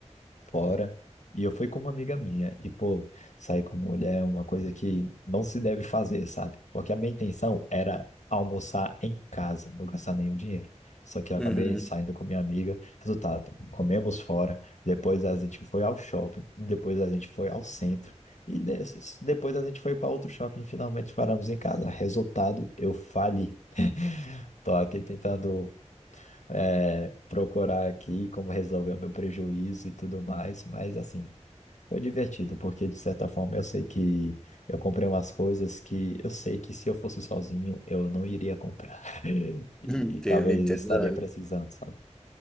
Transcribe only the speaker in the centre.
Uhum.
Entendo,
entendo.
Olha,